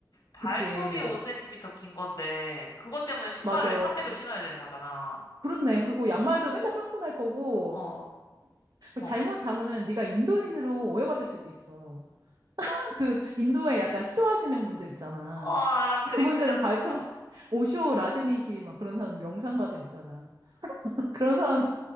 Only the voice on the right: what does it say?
그치.
맞아.
그렇네. 그리고
양말도 맨날 빵꾸 날 거고
잘못하면은 네가 인도인으로 오해받을 수도 있어. 그 인도에 약간 수도하시는 분들 있잖아.
그분들은
발톱 오쇼 라즈니시 막 그런 사람 명상가들 있잖아. 그런 사람들